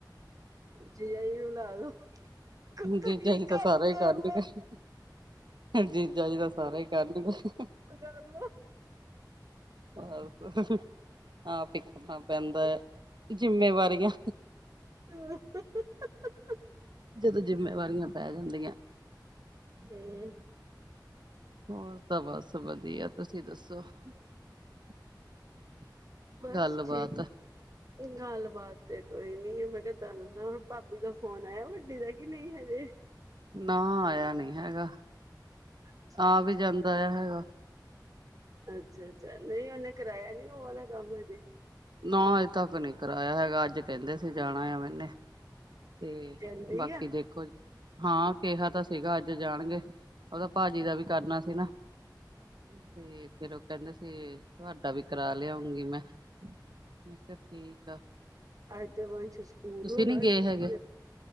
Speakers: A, on the right; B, on the right.
A: ਜੀਜਾ ਜੀ ਨੂੰ ਲਾ ਦੋ ਤੁਸੀਂ
B: ਜੀਜਾ ਤਾਂ
A: ਕੰਮ
B: ਸਾਰਾ ਹੀ ਕਰ ਲੈਣ
A: ਲੋ।
B: ਗਏ। ਜੀਜਾ ਜੀ ਤਾਂ ਸਾਰਾ ਹੀ ਕਰਨ ਗਏ
A: ਕਰ <unintelligible>
B: ਪਰ ਆਪ ਹੀ ਕਰਨਾ ਪੈਂਦਾ, ਜਿੰਮੇਵਾਰੀਆਂ।
A: ਹ।
B: ਜਦੋਂ ਜਿੰਮੇਵਾਰੀਆਂ ਪੈ ਜਾਂਦੀਆਂ।
A: ਹਮ।
B: ਹੋਰ ਤਾਂ ਬਸ ਵਧੀਆ ਤੁਸੀਂ ਦੱਸੋ?
A: ਹਮ।
B: <inaudible>
A: ਬਸ
B: ਗੱਲਬਾਤ
A: ਠੀਕ। ਗੱਲ ਬਾਤ ਤੇ ਕੋਈ ਨੀ ਮੈਂ ਕਿਹਾ ਤੁਹਾਨੂੰ ਨਾ ਭਾਬੀ ਦਾ ਫੋਨ ਆਇਆ ਵੱਡੀ ਦਾ। ਕਿ ਨਹੀਂ ਹਜੇ।
B: ਨਾ ਆਇਆ ਨੀ ਹੈਗਾ,
A: ਅੱਛਾ
B: ਆ
A: ਅੱਛਾ
B: ਵੀ ਜਾਂਦਾ ਹੈਗਾ।
A: ਅੱਛਾ, ਅੱਛਾ, ਨਹੀਂ ਉਹਨੇ ਕਰਾਇਆ ਨੀ ਉਹ ਵਾਲਾ ਕੰਮ ਹਜੇ।
B: ਨਾ ਅਜੇ ਤੱਕ ਨਹੀ ਕਰਾਇਆ ਹੈਗਾ, ਅੱਜ ਕਹਿੰਦੇ ਸੀ ਜਾਣਾ ਆ ਮੈਨੇ। ਤੇ
A: ਕਹਿੰਦੀ
B: ਬਾਕੀ
A: ਆ।
B: ਦੇਖੋ। ਹਾਂ ਕਿਹਾ ਤਾਂ ਸੀਗਾ ਅੱਜ ਜਾਣਗੇ, ਉਹਦਾ ਭਾਜੀ ਦਾ ਵੀ ਕਰਨਾ ਸੀ ਨਾ।
A: ਹਮ।
B: ਤੇ ਫੇਰ ਉਹ ਕਹਿੰਦੇ ਸੀ ਤੁਹਾਡਾ ਵੀ ਕਰਾ ਲਿਆਉਂਗੀ ਮੈਂ। ਮੈਂ ਕਿਹਾ ਠੀਕ ਆ।
A: ਅੱਜ ਤਾਂ ਵੰਸ ਸਕੂਲ
B: ਤੁਸੀਂ
A: ਹੋਣਾ,
B: ਨੀ ਗਏ
A: ਅੱਜ ਕਿਥੇ,
B: ਹੈਗੇ